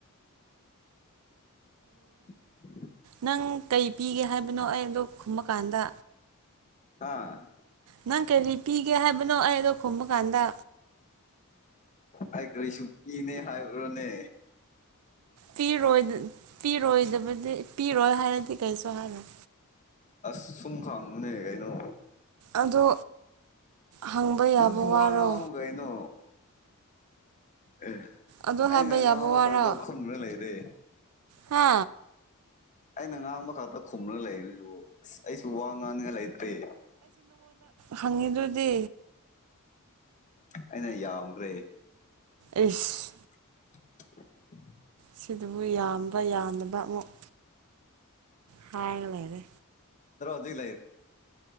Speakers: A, on the left; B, on the right.
A: <unintelligible>
B: ꯅꯪ ꯀꯩ ꯄꯤꯒꯦ ꯍꯥꯏꯕꯅꯣ ꯑꯩ ꯑꯗꯨ ꯈꯨꯝꯃꯀꯥꯟꯗ
A: ꯍꯥ
B: ꯅꯪ ꯀꯔꯤ ꯄꯤꯒꯦ ꯍꯥꯏꯕꯅꯣ ꯑꯩ ꯑꯗꯨ ꯈꯨꯝꯕ ꯀꯥꯟꯗ
A: ꯑꯩ ꯀꯔꯤꯁꯨ ꯄꯤꯅꯤ ꯍꯥꯏꯕꯔꯣꯅꯦ
B: ꯄꯤꯔꯣꯏꯗ ꯄꯤꯔꯣꯏꯗꯕꯗꯤ ꯄꯤꯔꯣꯢ ꯍꯥꯏꯔꯗꯤ ꯀꯔꯤꯁꯨ ꯍꯥꯏꯔꯣꯢ
A: ꯑꯁ ꯁꯨꯝ ꯈꯪꯕꯅꯦ ꯀꯩꯅꯣ
B: ꯑꯗꯣ ꯍꯪꯕ ꯌꯥꯕ
A: ꯅꯪ ꯁꯨ
B: ꯋꯥꯔꯣ
A: ꯋꯥ ꯉꯥꯡꯉꯣ ꯀꯩꯅꯣ ꯑꯦ
B: ꯑꯗꯨ
A: ꯑꯩꯅ
B: ꯍꯥꯏꯕ
A: ꯉꯥꯡꯕ
B: ꯌꯥꯕ ꯋꯥꯔꯣ
A: ꯈꯛꯇ ꯈꯨꯝꯔ ꯂꯩꯔꯦ
B: ꯍꯥ
A: ꯑꯩꯅ ꯉꯥꯡꯕ ꯈꯛꯇ ꯈꯨꯝꯂꯒ ꯂꯩꯕꯁꯤꯕꯣ ꯑꯁ ꯑꯩꯁꯨ ꯋꯥꯉꯥꯡꯅꯤꯡꯉꯥꯢ ꯂꯩꯇꯔꯦ
B: ꯈꯪꯉꯤꯗꯨꯗꯤ
A: ꯑꯩꯅ ꯌꯥꯝꯈ꯭ꯔꯦ
B: ꯑꯁ
A: <inaudible>
B: ꯁꯤꯗꯨꯕꯨ ꯌꯥꯝꯕ ꯌꯥꯗꯕ ꯑꯃꯨꯛ ꯍꯥꯏꯔꯒ ꯂꯩꯔꯦ
A: ꯑꯗꯨꯢ ꯂꯩꯔꯤꯖꯦ